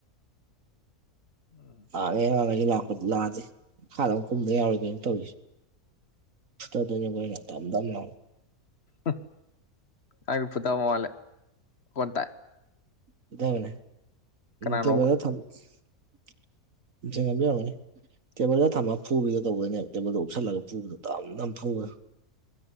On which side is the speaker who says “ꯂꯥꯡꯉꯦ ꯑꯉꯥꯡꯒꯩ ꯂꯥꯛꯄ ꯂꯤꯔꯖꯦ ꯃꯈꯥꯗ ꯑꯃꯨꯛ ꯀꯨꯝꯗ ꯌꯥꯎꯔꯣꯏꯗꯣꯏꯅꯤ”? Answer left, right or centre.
Right